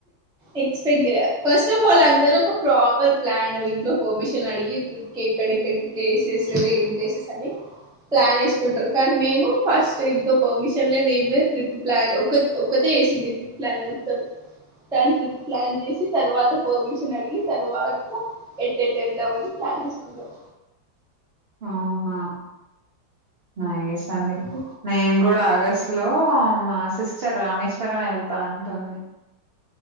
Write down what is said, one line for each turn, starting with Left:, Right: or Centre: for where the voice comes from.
Centre: ఎక్స్పెక్ట్ చేయలే ఫస్ట్ ఆఫ్ ఆల్ అందరుూ ఒక ప్రాపర్ ప్లాన్ ఇంట్లో పర్మిషన్ అడిగి ట్రిప్కి ఎక్కడెక్కడికి ప్లేసెస్ ఏం ప్లేసెస్ అని ప్లాన్ ఏసుకుంటారు కానీ మేము ఫస్ట్ ఇంకో పర్మిషన్ లేదు ఏమి ట్రిప్ ప్లాన్ ఒక ఒకట ఏసింది ట్రిప్ ప్లాన్ మొత్తం తానికి ప్లాన్ చేసి తర్వాత పర్మిషన్ అడిగి తర్వాత ఎటెటు ఏళ్దాంమని ప్లాన్ ఏసుకున్నాం
Right: అవునా నైస్ అండి
Centre: ఓ
Right: నేను గూడా ఆగస్ లో మా సిస్టర్ రామేశ్వరం వెళ్తా అంటుంది